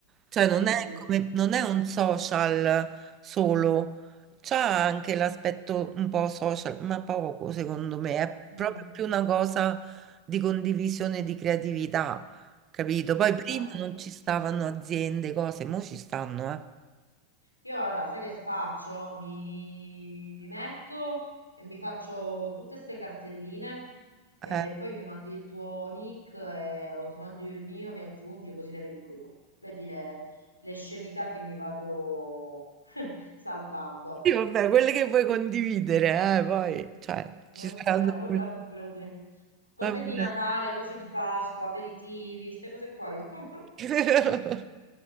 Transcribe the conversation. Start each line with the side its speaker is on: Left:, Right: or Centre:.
Right: cioè non
Left: Sì,
Right: è
Left: sì.
Right: come, non è un social solo, c'ha anche l'aspetto un po' social, ma poco secondo me, è
Left: Mm,
Right: proprio più una cosa di condivisione di creatività, capito?
Left: sì,
Right: Poi
Left: infatti.
Right: prima non ci stavano aziende, cose, mo ci stanno, eh.
Left: Io ora, sai che faccio? Mi, mi metto e mi faccio tutte queste cartelline e
Right: Eh,
Left: poi mi mandi il tuo nick e- o ti mando io il mio, mi aggiungi così le vedi pure tu. Vedi le, le scemità che mi vado <laughs> salvando.
Right: sì, vabbè, quelle che vuoi condividere, eh, poi, cioè, ci
Left: Ok,
Right: saranno...
Left: vabbè,
Right: quelle-
Left: figurati. Cose
Right: Vabbè.
Left: di Natale, cose di Pasqua, aperitivi, queste cose qua. io- <laughs>
Right: <laughs>